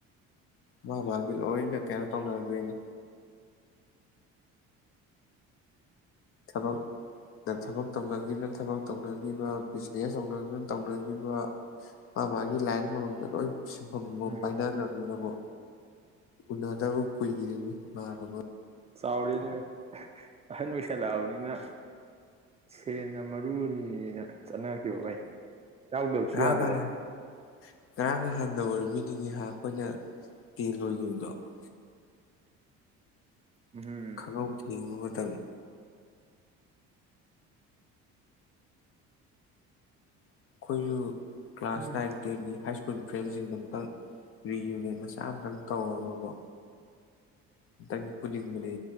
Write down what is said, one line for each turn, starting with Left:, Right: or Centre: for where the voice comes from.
Left: ꯃꯥ ꯃꯥꯒꯤ ꯂꯣꯏꯅ ꯀꯩꯅ ꯇꯧꯅꯒꯔ꯭ꯦꯅꯦ ꯊꯕꯛ ꯊꯕꯛ ꯇꯧꯅꯈꯤꯕ ꯊꯕꯛ ꯇꯧꯅꯈꯤꯕ ꯕꯤꯖꯤꯅꯦꯁ ꯇꯧꯅꯕꯅ ꯇꯧꯅꯈꯤꯕ ꯃꯥ ꯃꯥꯒꯤ ꯂꯥꯏꯟ ꯑꯃꯃꯝꯗ ꯂꯣꯏ ꯁꯤꯟꯐꯝ ꯑꯃꯃꯝ
Right: ꯎꯝ
Left: ꯄꯥꯏꯅꯈ꯭ꯔꯕꯅꯤꯅ ꯀꯣ ꯎꯅꯗꯕ ꯀꯨꯏꯔꯦꯅꯦ ꯏꯃꯥꯅꯕ
Right: ꯆꯥꯎꯔꯦꯅꯦ ꯑꯍꯟ ꯑꯣꯏꯁꯜꯂꯛꯑꯕꯅꯤꯅ ꯁꯦꯟꯅ ꯃꯔꯨꯅꯤꯅꯦꯅ ꯆꯠꯅꯈꯤꯕ ꯚꯥꯏ ꯌꯥꯎꯗꯕꯁꯨ
Left: ꯉꯔꯥꯡ
Right: ꯌꯥꯗꯕ
Left: ꯉꯍꯥꯟ ꯉꯔꯥꯡ ꯅꯍꯥꯟꯗ ꯑꯣꯏꯔꯤꯕꯣꯏ ꯅꯤꯡꯉꯤꯍꯥ ꯑꯩꯈꯣꯏꯅ ꯇꯦꯟ ꯂꯣꯏꯈꯤꯕꯗꯣ
Right: ꯎꯝ
Left: ꯈꯪꯍꯧꯗꯦ ꯃꯇꯝ ꯑꯩꯈꯣꯏꯁꯨ ꯀ꯭ꯂꯥꯁ
Right: ꯎꯝ
Left: ꯅꯥꯏꯟ ꯇꯦꯟꯒꯤ ꯍꯥꯏ ꯁꯀ꯭ꯨꯜ ꯐ꯭ꯔꯦꯟꯁꯤꯡꯗꯣ ꯑꯃꯨꯛꯇꯪ ꯔꯤꯌꯨꯅꯤꯌꯟ ꯃꯆꯥ ꯑꯃꯇꯪ ꯇꯧꯔꯒꯀꯣ ꯑꯝꯇꯪꯗꯤ ꯄꯨꯅꯤꯡꯕꯅꯤ